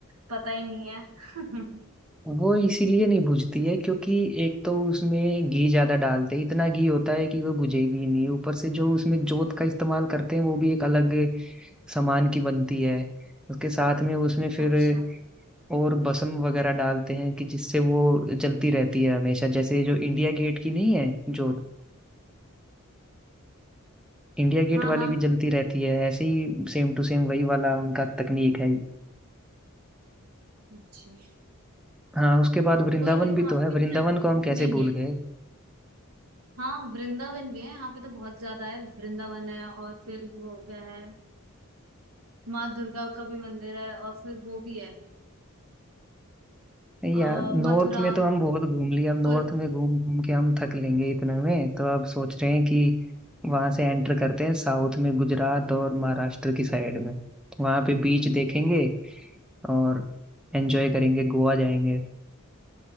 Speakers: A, on the right; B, in the centre.
A: पता ही नहीं है <laughs>
B: वो इसीलिए नहीं बुझती है क्योंकि एक तो उसमें घी ज्यादा डालते हैं इतना घी होता है कि वो बुझेगी ही नहीं ऊपर से जो उसमें जोत का इस्तेमाल करते हैं वो भी एक अलग सामान की बनती है उसके साथ में उसमें फिर
A: अच्छा
B: और भस्म वगैरह डालते हैं कि जिससे वो जलती रहती है हमेशा जैसे जो इंडिया गेट की नहीं है जोत इंडिया गेट
A: हाँ
B: वाली
A: हाँ
B: भी जलती रहती है ऐसे ही सेम टू सेम वही वाला उनका तकनीक है
A: अच्छा
B: हाँ उसके बाद वृंदावन
A: कोई नहीं वहां
B: भी तो है
A: पे भी
B: वृंदावन
A: चल के
B: को
A: घूमेंगे
B: हम कैसे भूल गए
A: हाँ वृंदावन भी है यहाँ पे तो बहुत ज्यादा है वृंदावन है और फिर वो क्या है माँ दुर्गा का भी मंदिर है और फिर वो भी है
B: नहीं
A: अ,
B: यार नॉर्थ
A: मथुरा
B: में तो हम बहुत घूम लिए अब नॉर्थ
A: बिल्कुल
B: में घूम घूम के हम थक लेंगे इतने में तो अब सोच रहे हैं कि वहां से एंटर करते हैं साउथ में गुजरात और महाराष्ट्र की साइड में वहां पे बीच देखेंगे और एंजॉय
A: हाँ
B: करेंगे गोवा जाएंगे